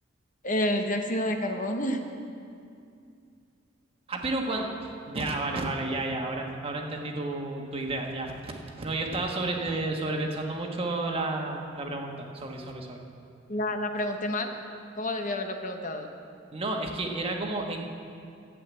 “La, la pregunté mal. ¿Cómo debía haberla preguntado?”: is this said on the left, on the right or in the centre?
Left